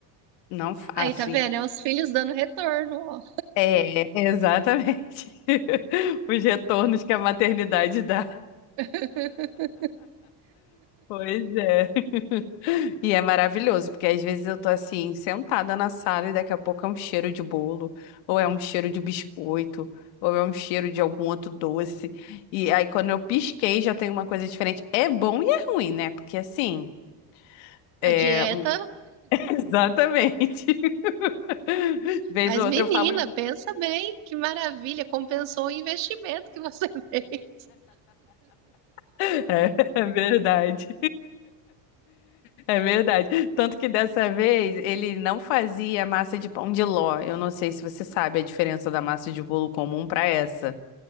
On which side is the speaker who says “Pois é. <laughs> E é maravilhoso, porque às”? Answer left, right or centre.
Left